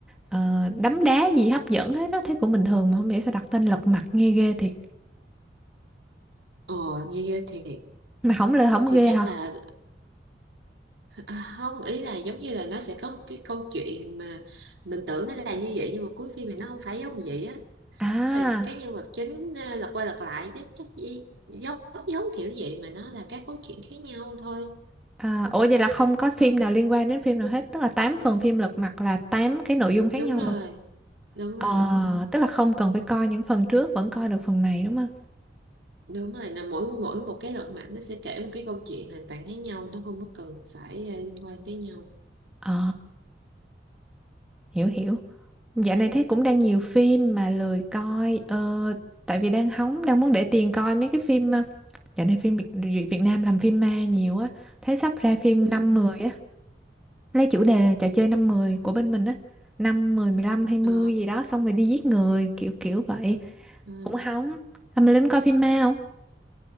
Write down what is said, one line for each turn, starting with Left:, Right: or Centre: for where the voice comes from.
Centre: ờ, đấm đá gì hấp dẫn hết đó thấy cũng bình thường mà không hiểu sao đặt tên lật mặt nghe ghê thiệt
Right: ờ như vậy thì
Centre: mà không lừa không
Right: thì
Centre: ghê
Right: chắc
Centre: hả
Right: là À, không ý là giống như là nó sẽ có một cái câu chuyện mà mình tưởng nó là như vậy nhưng mà cuối phim thì nó không phải giống vậy á
Centre: à
Right: Tức là cái nhân vật chính à, lật qua lật lại chắc chắc gì giống giống kiểu vậy mà nó là các câu chuyện khác nhau thôi
Centre: À, ủa vậy là không có phim nào liên quan đến phim nào hết, tức là 8 phần phim lật mặt là 8 cái nội dung khác
Right: đúng
Centre: nhau
Right: rồi
Centre: luôn.
Right: đúng
Centre: Ờ,
Right: rồi đúng rồi
Centre: tức là không cần phải coi những phần trước vẫn coi được phần này đúng không?
Right: đúng rồi là mỗi mỗi một cái lật mặt nó sẽ kể một cái câu chuyện hoàn toàn khác nhau nó không có cần phải à, liên quan tới nhau
Centre: Ờ, hiểu hiểu. Dạo này thấy cũng đang nhiều phim mà lười coi ờ, tại vì đang hóng đang muốn để tiền coi mấy cái phim ờ, dạo này phim Việt, Việt Việt Nam làm phim ma nhiều á, thấy sắp ra phim
Right: ừ.
Centre: năm mười á, lấy chủ đề trò chơi năm mười của bên mình á, năm mười mười lăm hai mươi
Right: Ờ,
Centre: gì đó xong rồi đi giết người kiểu kiểu vậy,
Right: ừ.
Centre: cũng hóng. Mà Linh coi phim ma không?